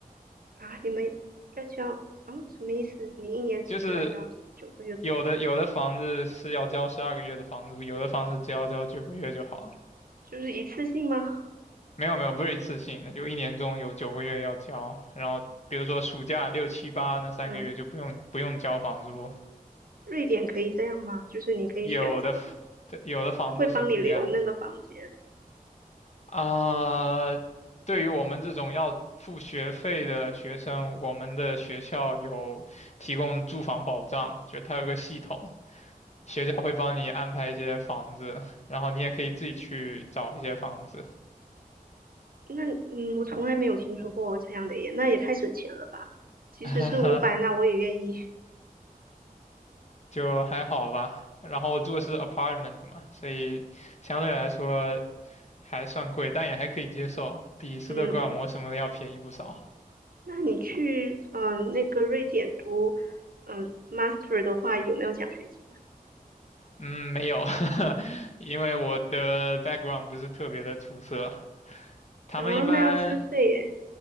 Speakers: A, on the right; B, on the left.
A: 啊！你们要交啊？什么意思？你一年只需要交九个月的房租，
B: 就是有的有的房子是要交十二个月的房租，有的房子只要交九个月就好了。
A: 就是一次性吗？
B: 没有没有，不是一次性的，就一年中有九个月要交，然后比如说暑假六七八那三个月就不用不用交房租，
A: 嗯，瑞典可以这样吗？就是你可以选择，
B: 有的 f- 对有的房子是这个样子
A: 他会帮你留那个房间。
B: 啊。对于我们这种要付学费的学生，我们的学校有提供住房保障，就是它有个系统，学校会帮你安排一些房子，然后你也可以自己去找一些房子。
A: 那嗯，我从来没有听说过这样的耶，那也太省钱了吧！即使是五百，
B: <laughs>
A: 那我也愿意。
B: 就还好吧。然后我住的是 apartment 嘛，所以相对来说还算贵，但也还可以接受，比斯德哥尔摩什么的要便宜不少。
A: 嗯。那你去嗯呃那个瑞典读嗯呃 master 的话，有没有奖学金啊？
B: 嗯，没有，<laughs> 因为我的 background 不是特别的出色。他们一般，
A: 哦，那要自费耶。